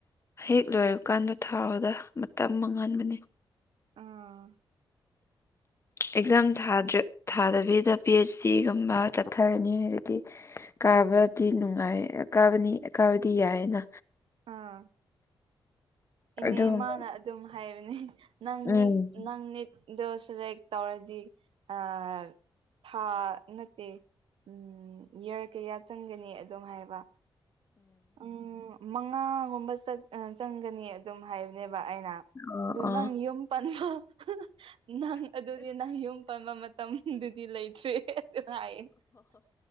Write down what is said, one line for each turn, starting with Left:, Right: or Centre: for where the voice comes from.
Left: ꯍꯦꯛ ꯂꯣꯏꯕꯀꯥꯟꯗ ꯊꯥꯎꯗ ꯃꯇꯝ ꯃꯥꯡꯍꯟꯕꯅꯦ
Right: ꯑꯥ
Left: ꯑꯦꯛꯖꯥꯝ ꯊꯥꯗꯔ꯭ꯦ ꯊꯥꯗꯕꯤꯗ ꯄꯤ ꯑꯩꯆ ꯗꯤꯒꯨꯝꯕ ꯆꯠꯊꯔꯅꯤ ꯍꯥꯏꯕꯗꯤ ꯀꯥꯕꯗꯤ ꯅꯨꯡꯉꯥꯏ ꯀꯥꯕꯅꯤ ꯀꯥꯕꯗꯤ ꯌꯥꯏꯌꯦꯅ
Right: ꯑꯥ ꯏꯅꯦ
Left: ꯑꯗꯨꯒꯨꯝꯕ
Right: ꯃꯥꯅ ꯑꯗꯨꯝ ꯍꯥꯏꯕꯅꯦ ꯅꯪ
Left: ꯎꯝ
Right: ꯅꯤꯛ ꯅꯪ ꯅꯤꯇ ꯗꯣ ꯁꯦꯂꯦꯛ ꯇꯧꯔꯗꯤ ꯑꯥ ꯊꯥ ꯅꯠꯇꯦ ꯎꯝ ꯏꯌꯥꯔ ꯀꯌꯥ ꯆꯪꯒꯅꯤ ꯑꯗꯨ ꯍꯥꯏꯕ ꯎꯝ ꯃꯉꯥꯒꯨꯝꯕ ꯆꯇ ꯆꯪꯒꯅꯤ ꯑꯗꯨꯝ ꯍꯥꯏꯕꯅꯦꯕ ꯑꯩꯅ
Left: ꯑꯣ
Right: ꯑꯗꯨ
Left: ꯑꯣ
Right: ꯅꯪ ꯌꯨꯝ ꯄꯥꯟꯕ ꯅꯪ ꯑꯗꯨꯗꯤ ꯅꯪ ꯌꯨꯝ ꯄꯥꯟꯕ ꯃꯇꯝꯗꯨꯗꯤ ꯂꯩꯇ꯭ꯔꯦ ꯍꯥꯏꯌꯦ